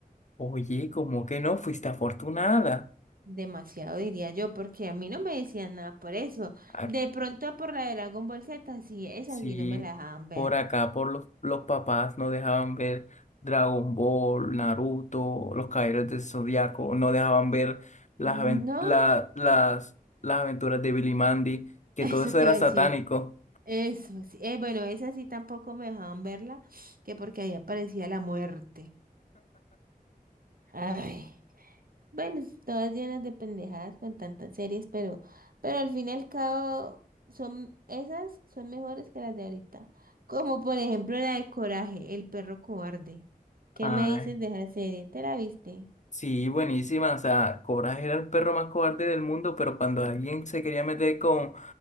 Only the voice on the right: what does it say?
Demasiado diría yo, porque a mí no me decían nada por eso.
De pronto por la de Dragon Ball Z, sí, esa
sí no me la dejaban ver.
No,
<laughs>
eso
te
iba
a decir. Eso sí. Eh, bueno, esa sí tampoco me dejaban verla, que porque ahí aparecía la muerte. Ay. Bueno, todas llenas de pendejadas con tantas series, pero, pero al fin y al cabo son esas son mejores que las de ahorita. Como por ejemplo la de Coraje, el perro cobarde. ¿Qué
me dices de esa serie? ¿Te la viste?